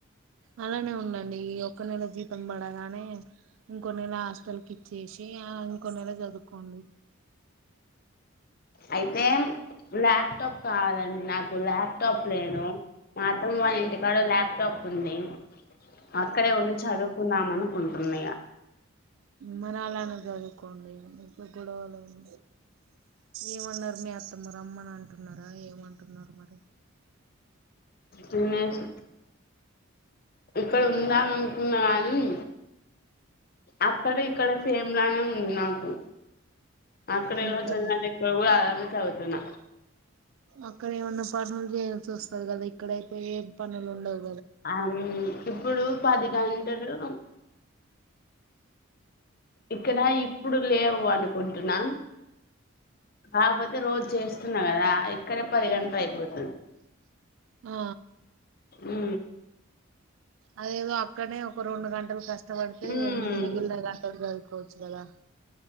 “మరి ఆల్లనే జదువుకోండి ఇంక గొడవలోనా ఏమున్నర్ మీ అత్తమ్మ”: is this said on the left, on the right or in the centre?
Right